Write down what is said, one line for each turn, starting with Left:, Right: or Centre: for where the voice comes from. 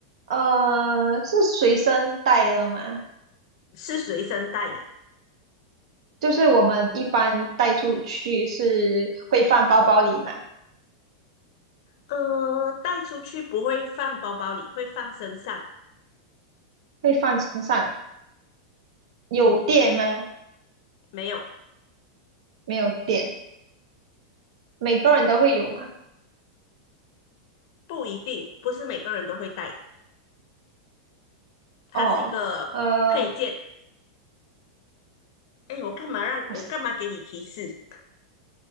Right: 呃，是随身带的吗？
Left: 是随身带的，
Right: 就是我们一般带出去是会放包包里吗？
Left: 呃，带出去不会放包包里，会放身上，
Right: 会放身上？有电吗？
Left: 嗯，没有。
Right: 没有电，每个人都会有吗？
Left: 不一定，不是每个人都会戴，它是一个配件。
Right: 哦，呃，
Left: 哎，我干嘛让我干嘛给你提示？
Right: 我想，